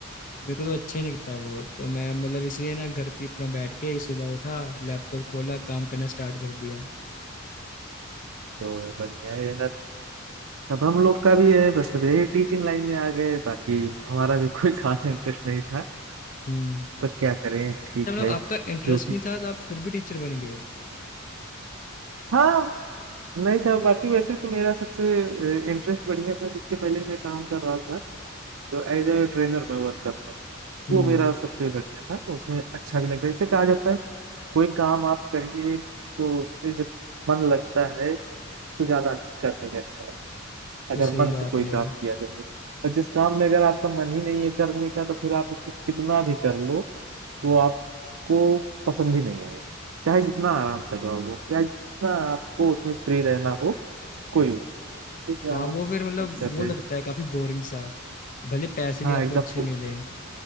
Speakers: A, on the left (about 40°); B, on the right (about 65°).
A: मेरे को तो अच्छा ही नहीं लगता वो तो मैं मतलब इसलिए ना घर पे अपना बैठ के ही सुबह उठा लैपटॉप खोला काम करना स्टार्ट कर दिया
B: तो बढ़िया है यार अब हम लोग का भी है बस अब यही टीचिंग लाइन में आ गए बाकी हमारा भी कोई खास इंटरेस्ट नहीं था
A: हम्म
B: पर क्या करें ठीक
A: तो मतलब
B: है
A: आपका इंटरेस्ट
B: जो भी
A: नहीं था तो आप फिर भी टीचर बन गए
B: हाँ नहीं साहब बाकी वैसे तो मेरा सबसे इंटरेस्ट बढ़िया था जिसके पहले मैं काम कर रहा था तो एज ए ट्रेनर में वर्क कर रहा था
A: हम्म
B: वो मेरा सबसे बढ़िया था तो उसमें अच्छा भी लगता है इससे कहा जाता है कोई काम आप करिए तो उसमें जब मन लगता है तो ज्यादा करने में अच्छा लगता है
A: तो
B: अगर
A: सही
B: मन
A: कहा
B: से
A: आपने
B: कोई काम किया जाए और जिस काम में अगर आपका मन ही नहीं है करने का तो फिर आप उसको कितना भी कर लो वो आपको पसंद ही नहीं आएगा चाहे जितना आराम का जॉब हो चाहे जितना आपको उसमें फ्री रहना हो कोई यार
A: हाँ वो फिर मतलब
B: कर
A: वो
B: रहे
A: लगता
B: हो
A: है काफी बोरिंग सा भले पैसे
B: हाँ
A: भी आपको
B: एकदम
A: अच्छे
B: बो-
A: मिले